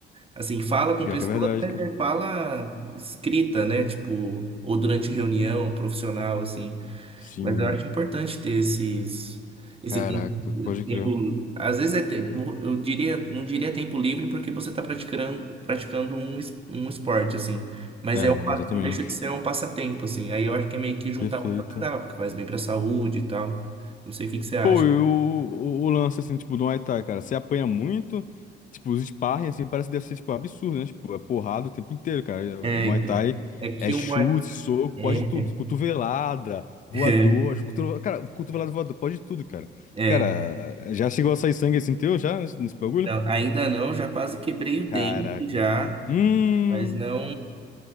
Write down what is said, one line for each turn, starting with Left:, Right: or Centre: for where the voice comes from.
Right: Assim, fala com
Left: Pior
Right: pessoas,
Left: que é verdade,
Right: mas
Left: cara.
Right: é fala escrita, né? Tipo, ou durante reunião profissional, assim.
Left: Sim.
Right: Mas eu acho importante ter esses, esse
Left: Caraca,
Right: tempo,
Left: pode
Right: tempo-
Left: crer.
Right: às vezes é tempo, eu diria, não diria tempo livre porque você está praticando, praticando um, es- um esporte, assim, mas
Left: É,
Right: é um, pa-
Left: exatamente.
Right: não deixa de ser um passatempo, assim, aí eu acho que é meio que juntar
Left: Perfeito.
Right: o agradável, porque faz bem para a saúde e tal, não sei o que que você acha.
Left: Pô, e o, o, o lance, assim, tipo, do Muay Thai, cara, você apanha muito, tipo, os sparring, assim, parece que deve ser, tipo, absurdo, né? Tipo, é porrada o tempo inteiro, cara. É-
Right: É,
Left: é Muay
Right: então,
Left: Thai
Right: é que
Left: é chute,
Right: uma...
Left: soco,
Right: É,
Left: pode tudo. Cotovelada,
Right: <laughs>
Left: voador,
Right: é,
Left: cotovelada, cara, cotovelada, voador, pode tudo, cara. Cara,
Right: é.
Left: já chegou a sair sangue, assim, teu, já, nesse, nesse bagulho?
Right: Não, ainda não, já quase quebrei o dente,
Left: Caraca.
Right: já,
Left: Hum,
Right: Mas não.